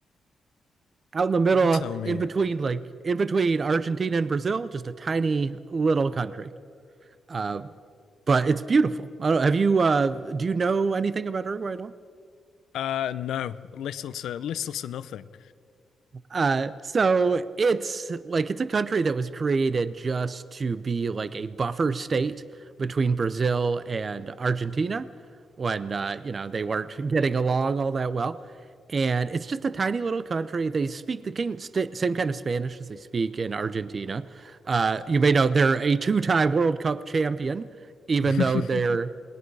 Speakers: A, on the right; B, on the left.
A: Out in the middle,
B: Tell me.
A: in between, like in between Argentina and Brazil, just a tiny little country. Uh, but it's beautiful. I don't, have you, uh, do you know anything about Uruguay at all?
B: Uh, no, little to little to nothing.
A: Uh, so it's like it's a country that was created just to be like a buffer state between Brazil and Argentina when uh, you know they weren't <laughs> getting along all that well. And it's just a tiny little country. They speak the king, st same kind of Spanish as they speak in Argentina. Uh, you may know they're a two-time World Cup champion, even
B: <laughs>
A: though they're